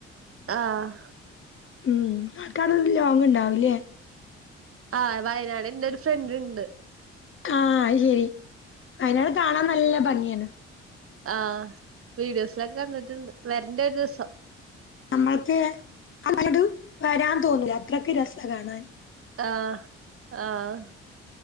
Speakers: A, on the right (about 45°); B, on the left (about 40°).
A: ആഹ്
B: ഉം ആൾക്കാട്ന്ന് ലോങ്ങ്‌ണ്ടാവില്ലേ
A: ആഹ് വയനാട്ന്റെ ഒര് ഫ്രണ്ട്ണ്ട്
B: ആഹ് അയ്ശെരി വയനാട് കാണാൻ നല്ല ഭംഗിയാണ്
A: ആ വീഡിയോസിലൊക്കെ കണ്ടിട്ടുണ്ട് വരണ്ട് ഒരു ദിവസം
B: അമ്മൾക്ക് <unintelligible> വരാൻ തോന്നൂല അത്രക്ക് രസാ കാണാൻ
A: ആഹ് ആഹ്